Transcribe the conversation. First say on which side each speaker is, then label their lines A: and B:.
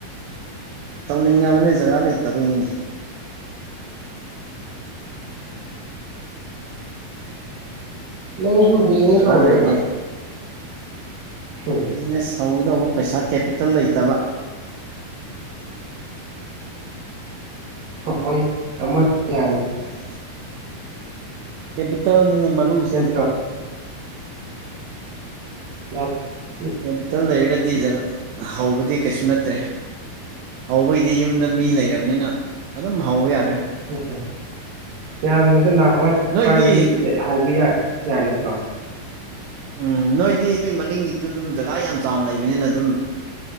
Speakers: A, on the right (about 80°); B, on the right (about 65°).
A: ꯇꯧꯅꯤꯡꯉꯕꯅꯤꯅꯦ ꯖꯒꯥ ꯂꯩꯇꯕꯩꯅꯤꯅꯦ
B: ꯅꯪꯁꯨ ꯕꯤꯖꯤꯅꯦꯁ
A: ꯖꯒꯥ
B: ꯍꯧꯔꯣ
A: ꯂꯩꯔꯗꯤ
B: ꯀꯩꯅꯣ ꯎꯝ
A: ꯕꯤꯖꯤꯅꯦꯁ ꯍꯧꯒꯗꯧꯕ ꯄꯩꯁꯥ ꯀꯦꯄꯤꯇꯦꯜ ꯂꯩꯇꯕ
B: ꯋꯥ <unintelligible> <unintelligible>
A: <inaudible> ꯀꯦꯄꯤꯇꯦꯜꯅꯤꯅꯦ ꯃꯔꯨꯁꯤ
B: ꯅꯠꯇ꯭ꯔꯣ
A: ꯍꯧꯖꯤꯛ
B: ꯂ <unintelligible>
A: ꯀꯦꯄꯤꯇꯦꯜ ꯂꯩꯔꯒꯗꯤ ꯖꯒ ꯍꯧꯕꯗꯤ ꯀꯩꯁꯨ ꯅꯠꯇ꯭ꯔꯦ ꯍꯧꯕꯩ ꯗꯤ ꯌꯨꯝꯗ ꯃꯤ ꯂꯩꯔꯕꯅꯤꯅ ꯑꯗꯨꯝ ꯍꯧꯕ ꯌꯥꯔꯦ
B: ꯎꯝ ꯌꯥꯝꯗ꯭ꯔꯕꯗ ꯂꯥꯛ ꯃꯉꯥ ꯇꯔꯨꯛ
A: ꯅꯣꯏꯗꯤ
B: ꯄꯥꯏꯔꯗꯤ ꯍꯧꯕ ꯌꯥꯒꯗ꯭ꯔꯣ
A: ꯎꯝ ꯅꯣꯏꯗꯤ ꯅꯣꯏ ꯃꯅꯤꯡꯒꯤꯁꯨ ꯑꯗꯨꯝ ꯖꯒꯥ ꯌꯥꯝ ꯆꯥꯎꯅ ꯂꯩꯕꯅꯤꯅ ꯑꯗꯨꯝ